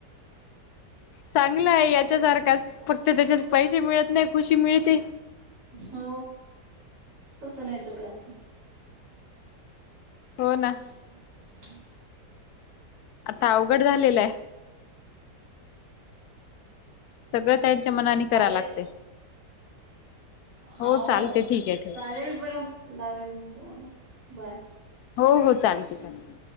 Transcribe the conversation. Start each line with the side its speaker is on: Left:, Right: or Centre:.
Left: चांगलं आहे याच्या सारखाच. फ तर त्याच्यान पैशे मिळत नाही, खुशी मिळते.
Right: हो तस नाही तर काय.
Left: हो ना.
Right: हम् हम् <inaudible>
Left: आता अवघड झालेलाय. सगळं त्यांच्या मनानी करा
Right: चालेल
Left: लागते.
Right: हाव,
Left: हो चालते ठीक आहे ठेव
Right: चालेल बरं लावेल मग तुम्हाला बाय.
Left: हो- हो, चालते -चालते.